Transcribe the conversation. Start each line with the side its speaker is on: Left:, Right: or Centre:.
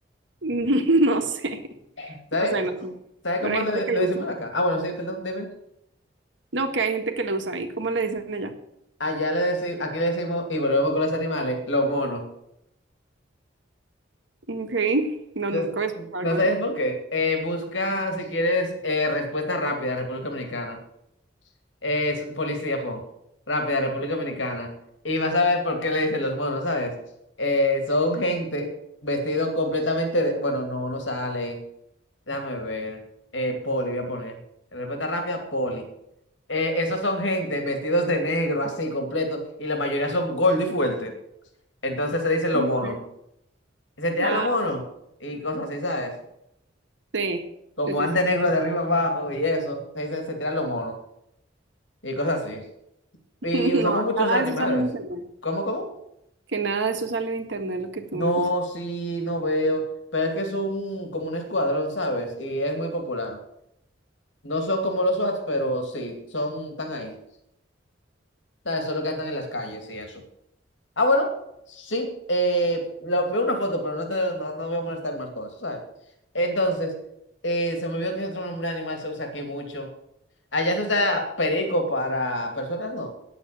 Right: <laughs> No sé,
Left: <laughs> ¿Sabes?
Right: no sé, no sé,
Left: ¿Sabes
Right: pero
Left: cómo
Right: hay
Left: le,
Right: gente que
Left: le
Right: lo
Left: decimos
Right: usa.
Left: acá? Ah, bueno, sí, perdón, dime.
Right: No, que hay gente que lo usa ahí, ¿cómo le dicen allá?
Left: Allá le decimos, aquí le decimos, y volvemos con los animales, los monos.
Right: Ok, no,
Left: Entonces,
Right: nunca he escuchado
Left: no
Right: algo
Left: sabes
Right: así.
Left: por qué. Eh, busca, si quieres, eh, respuesta rápida, República Dominicana. Eh, s- policía, pon. Rápida, República Dominicana. Y vas a ver por qué le dicen los monos, ¿sabes? Eh, son gente vestido completamente de... Bueno, no, no sale. Déjame ver. Eh, poli, voy a poner. Respuesta rápida, poli. Eh, esos son gente vestidos de negro, así, completo, y la mayoría son gordo y fuerte. Entonces se le dicen los
Right: Ok.
Left: monos. se tiran
Right: Ah,
Left: los monos y cosas así, ¿sabes?
Right: sí,
Left: Como
Right: sí, sí,
Left: ande
Right: sí.
Left: negro de arriba abajo y eso, se dice, se tiran los monos y cosas así. Y
Right: <laughs>
Left: usamos
Right: No,
Left: muchos
Right: nada
Left: animales.
Right: de eso sale en internet.
Left: ¿Cómo, cómo?
Right: Que nada de eso sale en internet, lo que tú
Left: No,
Right: me dices.
Left: sí, no veo. Pero es que es un, como un escuadrón, ¿sabes? Y es muy popular. No son como los SWAT, pero sí, son tan ahí. ¿Sabes? Solo que andan en las calles y eso. Ah, bueno, sí, eh, lo- veo una foto, pero no te, no, no voy a molestar más cosas, ¿sabes? Entonces, eh, se me olvidó que otro nombre de animal se usa aquí mucho. Allá se usa perico para personas, no.